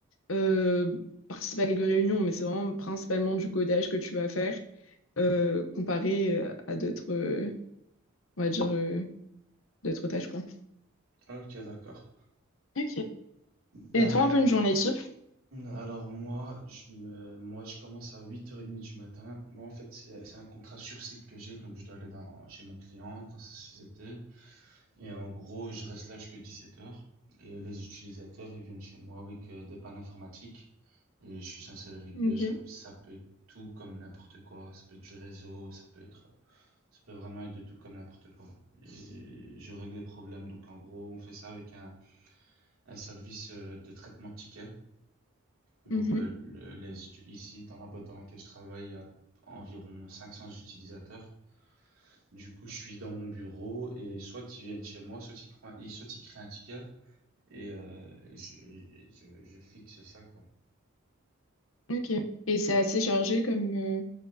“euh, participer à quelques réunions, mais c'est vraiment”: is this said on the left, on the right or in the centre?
Left